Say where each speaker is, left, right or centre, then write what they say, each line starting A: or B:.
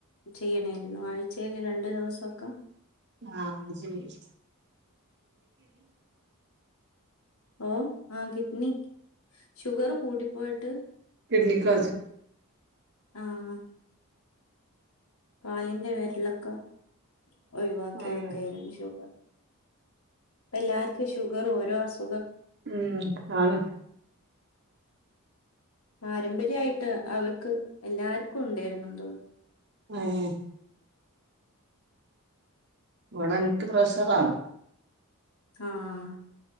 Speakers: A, on the left (about 75°); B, on the right (about 50°).
A: ചെയ്യണമായിരുന്നു ആഴ്ചയിൽ രണ്ടു ദിവസൊക്കെ
B: ആഹ് അത് ശരി
A: ഓ ആ കിഡ്നി ഷുഗർ കൂടിപ്പോയിട്ട്
B: കിഡ്‌നിക്ക്
A: ആഹ് കാലിന്റെ വിരലൊക്കെ ഒഴിവാക്കി
B: ഏഹ്
A: അതൊക്കെ ആയിരുന്നു എല്ലാവർക്കും ഷുഗർ ഓരോ അസു
B: ഉം ആണ്
A: പാരമ്പര്യമായിട്ട് അവർക്ക് എല്ലാർക്കും ഉണ്ടായിരുന്നു തോന്നുന്നു
B: ആഹ് ഇവിടെ എനിക്ക് പ്രഷറാണ്
A: ആഹ്